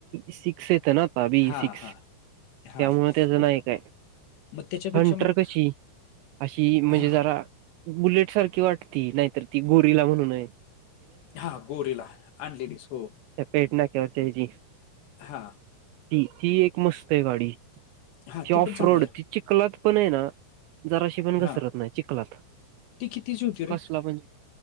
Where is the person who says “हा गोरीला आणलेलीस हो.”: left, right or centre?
Left